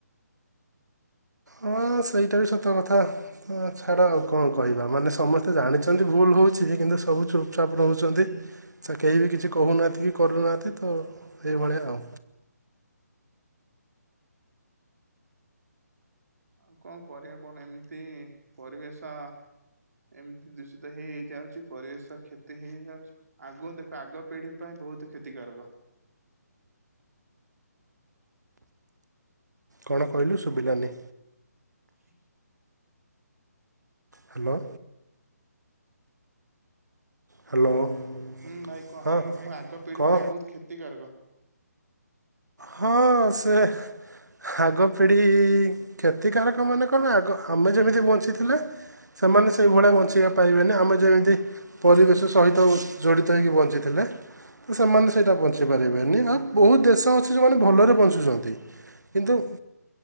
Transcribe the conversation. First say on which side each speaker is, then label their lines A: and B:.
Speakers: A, on the right; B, on the right.
A: ହଁ ସେଇଟା ବି ସତ କଥା। ଆ ଛାଡ ଆଉ କଣ କହିବା ମାନେ ସମସ୍ତେ ଜାଣିଚନ୍ତି ଭୁଲ ହଉଛି କିନ୍ତୁ ସବୁ ଚୁପ୍ ଚାପ୍ ରହୁଛନ୍ତି। ଆଛା କେହି ବି କିଛି କହୁନାହାନ୍ତି କି କରୁନାହାନ୍ତି ତ ଏଇଭଳିଆ ଆଉ।
B: ଆଉ କଣ କରିବା କଉନ ଏମିତି ପରିବେଶ ଏମିତି ଦୂଷିତ ହେଇ ଯାଉଛି ପରିବେଶ କ୍ଷତି ହେଇଯାଉଛି ଆଗ ଦେଖ ଆଗ ପିଢି ପାଇଁ ବହୁତ କ୍ଷତିକାରକ।
A: କଣ କହିଲୁ ଶୁଭିଲାନି।
B: <inaudible>
A: ହାଲୋ। ହ୍ୟାଲୋ
B: ହାଲୋ ହୁଁ ଭାଇ କହ
A: ହଁ
B: ଆମ ଆଗ ପିଢି
A: କଣ
B: ପାଇଁ ବହୁତ କ୍ଷତିକାରକ।
A: ହଁ ସେ ଆଗ ପିଢ଼ି କ୍ଷତିକାରକ ମାନେ କଣ ଆଗ ଆମେ ଯେମିତି ବଞ୍ଚିଥିଲେ ସେମାନେ ସେଇଭଳିଆ ବଞ୍ଚେବା ପାଇବେନି ଆମେ ଯେମିତି ପରିବେଶ ସହିତ ଓ ଜଡ଼ିତ ହେଇକି ବଞ୍ଚିଥିଲେ। ତ ସେମାନେ ସେଇଟା ବଞ୍ଚି ପାରିବେନି ଆଁ ବହୁତ ଦେଶ୍ ସ ତ ଅଛି ଯୋଉ ମାନେ ଭଲରେ ବଞ୍ଚୁଛନ୍ତି କିନ୍ତୁ